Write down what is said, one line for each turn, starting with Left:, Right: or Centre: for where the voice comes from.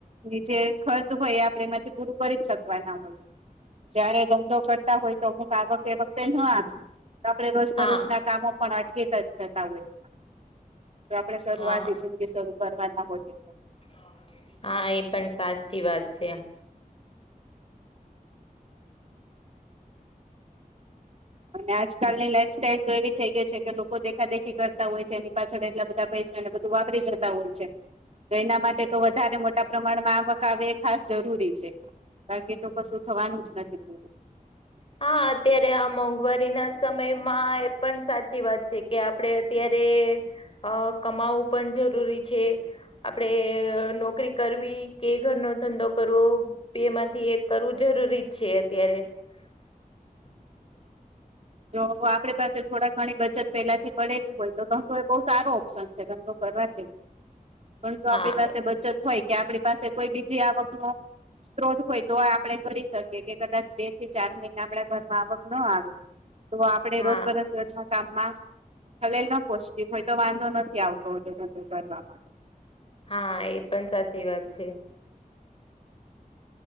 Right: રીતે ખર્ચ હોય એ આપણે એમાંથી પૂરું કરી જ શકવાના હોય જયારે ધંધો કરતા હોય તો અમુક આવક એ વખતે ન આપ તો આપણે રોજ
Left: હા
Right: બરોજ ના કામો પણ અટવીતા જતા હોય છે તો આપણેે શરૂઆતી
Left: હા
Right: જિંદગી શરૂ કરવા ના હો તો
Left: <inaudible> હા એ પણ સાચી વાત છે.
Right: અને આજકાલની લાઈફ સ્ટાઈલ તો એવી થઈ ગઈ છે કે લોકો દેખાદેખી કરતા હોય છે એની પાછળ એટલા બધા પૈસા ને બધું વાપરી જતા હોય છે. તો એના માટે તો વધારે મોટા પ્રમાણમાં આવક આવે એ ખાસ જરૂરી છે. બાકી તો કશું થવાનું જ નથી
Left: હા અત્યારે આ મોંઘવારી ના સમયમાં એ પણ સાચી વાત છે. કે આપણે અત્યારે અ કમાવવું પણ જરૂરી છે. આપડે નોકરી કરવી કે ઘરનો ધંધો કરવો બેમાંથી એક કરવું જરૂરી છે અત્યારે <inaudible>
Right: જો આપડે પાસે થોડા ઘણી બચત પેલાથી પડેલી હોય તો ધંધો એ બહુ સારો ઓપ્શન છે ધંધો કરવા
Left: <inaudible>
Right: પણ જો
Left: હા
Right: આપણી પાસે બચત હોય કે આપણી પાસે કોઈ બીજી આવક નું સ્ત્રોત હોય તો આપણે કરી શકીએ કે કદાચ બે થી ચાર મહિના આપડા ઘર માં આવક ન આવે તો આપણે
Left: હા
Right: રોજ બરોજ કામમા ખલેલ ન પોચતી હોય તો વાંધો નથી આવતો હોતો ધંધો કરવાવામાં.
Left: હા એ પણ સાચી વાત છે.